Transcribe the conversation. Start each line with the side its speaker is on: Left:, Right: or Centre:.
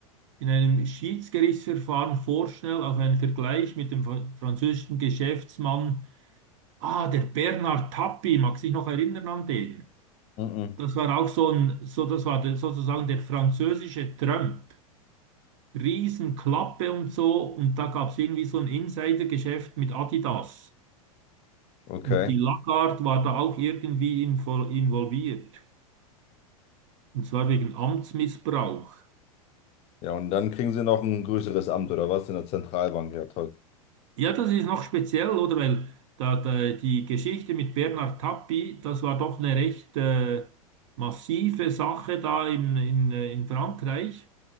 Right: in einem Schiedsgerichtsverfahren vorschnell auf einen Vergleich mit dem fr- französischen Geschäftsmann, ah, der Bernard Tapie, mag sich noch erinnern an den?
Left: Mhm.
Right: Das war auch so ein, so, das war der, sozusagen der französische Trump. Riesenklappe und so. Und da gab es irgendwie so ein Insidergeschäft mit Adidas.
Left: Okay.
Right: Und die Lagarde war da auch irgendwie invol involviert. Und zwar wegen Amtsmissbrauch.
Left: Ja, und dann kriegen sie noch ein größeres Amt oder was in der Zentralbank. Ja, toll.
Right: Ja, das ist noch speziell, oder? Weil da, da, die Geschichte mit Bernhard Tapie, das war doch eine recht äh, massive Sache da in, in, äh, in Frankreich.